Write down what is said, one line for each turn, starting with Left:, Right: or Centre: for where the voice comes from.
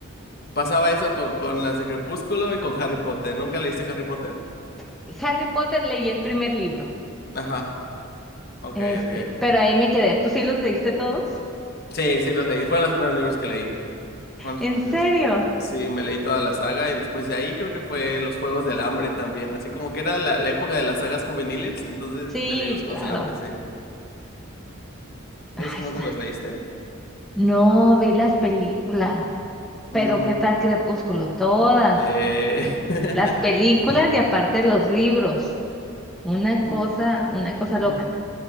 Left: Pasaba eso con, con las de Crepúsculo y con Harry Potter. ¿Nunca leíste Harry Potter?
Centre: <laughs> Harry Potter leí el primer libro.
Left: Ajá, ok,
Centre: Este,
Left: ok.
Centre: pero ahí me quedé. ¿Tú sí los leíste todos?
Left: Sí, sí, los leí. Fueron los primeros libros que leí. Fueron los
Centre: ¿En
Left: primeros
Centre: serio?
Left: libros que leí. Sí, me leí toda la saga y después de ahí creo que fue Los Juegos del Hambre también. Así como que era la, la época de las sagas juveniles, entonces
Centre: Sí,
Left: me leí Los Juegos
Centre: claro.
Left: del Hambre, sí.
Centre: Ahí
Left: ¿Esos
Centre: está.
Left: no te los leíste?
Centre: No, vi las películas. Pero
Left: Ujú.
Centre: ¿qué tal Crepúsculo? Todas.
Left: Eh... <laughs>
Centre: Las películas y aparte los libros. Una cosa,
Left: mm,
Centre: una cosa
Left: ujú,
Centre: loca.